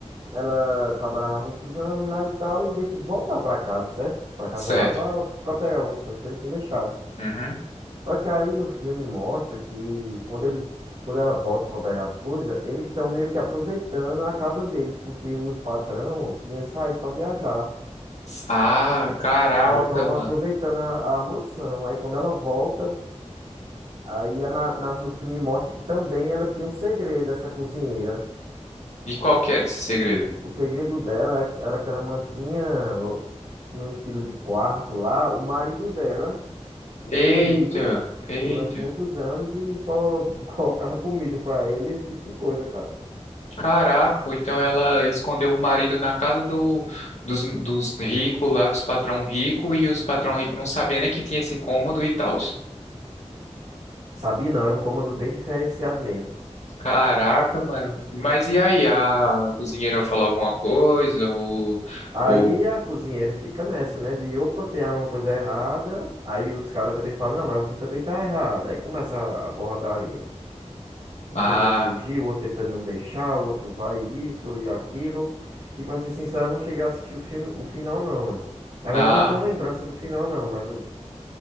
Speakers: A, on the right; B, on the left.
A: ela trabalhava muitos anos lá e tal e decide voltar pra casa, certo? Pra casa
B: Certo.
A: lá pra, pra pegar algumas coisas que eles tinham deixado.
B: Uhum.
A: Só que aí no filme mostra que quando eles, quando ela volta pra pegar as coisas, eles estão meio que aproveitando a casa deles porque os patrão tinham saído pra viajar.
B: Ah, caraca,
A: Aí estão
B: mano.
A: aproveitando a, a mansão. Aí quando ela volta Aí a na, na- no filme mostra que também ela tinha um segredo, essa cozinheira.
B: E qual que era esse segredo?
A: O segredo dela é que- era que ela mantinha no- num estilo de quarto lá o marido dela escondido
B: Eita, eita.
A: durante muitos anos e só <laughs> colocava comida pra ele, esse tipo de coisa, cara.
B: Caraca, ou então ela escondeu o marido na casa do, dos, dos ricos lá, dos patrão rico, e os patrão rico não sabia nem que tinha esse cômodo e tal.
A: Sabia não, era um cômodo bem diferenciado mesmo.
B: Caraca, mano. Mas e aí, a cozinheira falou alguma coisa? Ou,
A: Aí
B: ou,
A: a cozinheira fica nessa, né? De opa, tem alguma coisa errada. Aí os caras também falam, não, mas você também tá errada. Aí começa a a porradaria. Um
B: ah,
A: tentando fugir, o outro tentando não deixar, o outro vai isso e aquilo. E pra ser sincero, eu não cheguei a assistir o filme, o final não, mano. Na
B: ah,
A: verdade, eu não tenho lembrança do final não, mas eu-